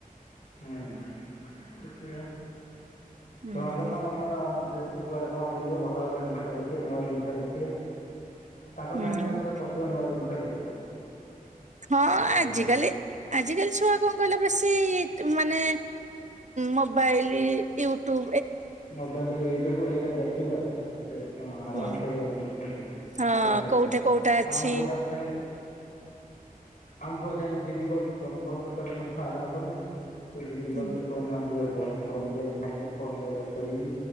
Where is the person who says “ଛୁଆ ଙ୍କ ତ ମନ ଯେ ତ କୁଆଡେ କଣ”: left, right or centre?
Left